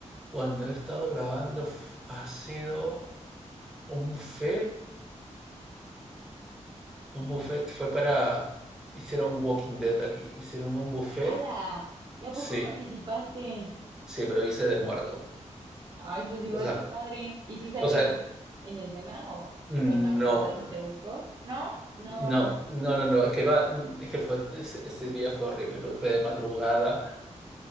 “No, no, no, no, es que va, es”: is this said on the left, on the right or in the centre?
Centre